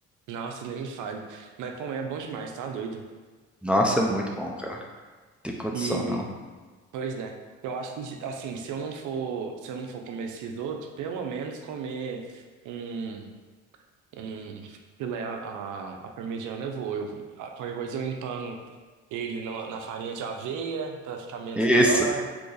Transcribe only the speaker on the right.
Nossa, nem me fale. Mas comer é bom demais, tá doido?
E,
pois é. Eu acho que, assim, se eu não for, se eu não for comer esses outros, pelo menos comer. um. um filé à à- à parmegiana, eu vou. Eu, a- qualquer coisa eu empano ele na, na farinha de aveia pra ficar menos
pior.